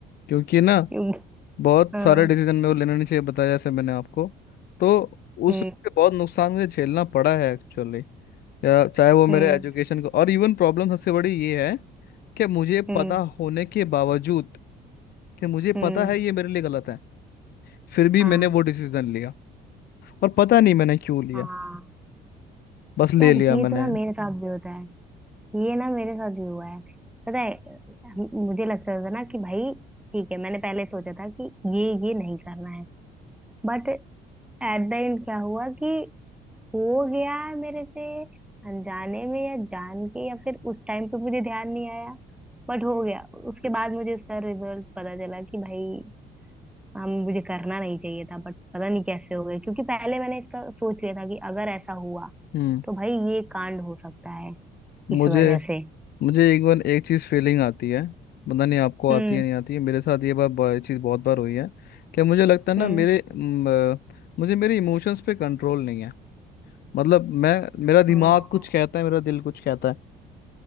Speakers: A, on the left; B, in the centre.
A: क्योंकि ना
B: क्योंकि
A: बहुत
B: हाँ
A: सारे डिसीजन में वो लेना नहीं चाहिए बताया जैसे मैंने आपको तो
B: हम्म
A: उससे बहुत नुकसान मुझे झेलना पड़ा है एक्चुअली या चाहे वो मेरे
B: हम्म
A: एजुकेशन को और इवन प्रॉब्लम सबसे बड़ी ये है कि मुझे
B: हम्म
A: पता होने के बावजूद कि मुझे
B: हम्म
A: पता है ये मेरे लिए गलत है फिर भी
B: हाँ
A: मैंने वो डिसीजन लिया और पता नहीं मैंने क्यों लिया
B: हाँ
A: बस ले
B: यार
A: लिया
B: ये
A: मैंने
B: तो ना मेरे साथ भी होता है ये ना मेरे साथ भी हुआ है पता है हम- मुझे लगता था ना कि भाई ठीक है मैंने पहले सोचा था कि ये ये नहीं करना है बट एट द एंड क्या हुआ कि हो गया है मेरे से अनजाने में या जान के या फिर उस टाइम पे मुझे ध्यान नहीं आया बट हो गया उसके बाद मुझे इसका रिजल्ट पता चला कि भाई हम मुझे करना नहीं चाहिए था बट पता नहीं कैसे हो गया क्योंकि पहले मैंने इसका सोच लिया था कि अगर ऐसा हुआ
A: हम्म
B: तो भाई ये कांड हो सकता है
A: मुझे
B: इस वजह से
A: मुझे एक बार एक चीज़ फीलिंग आती है पता नहीं आपको
B: हम्म
A: आती है नहीं आती है मेरे साथ ये बार बार चीज़ बहुत बार हुई है कि मुझे लगता है ना
B: हम्म
A: मेरे म, अ, मुझे मेरे इमोशंस पे कंट्रोल नहीं है मतलब मैं मेरा दिमाग
B: हाँ
A: कुछ कहता है मेरा दिल कुछ कहता है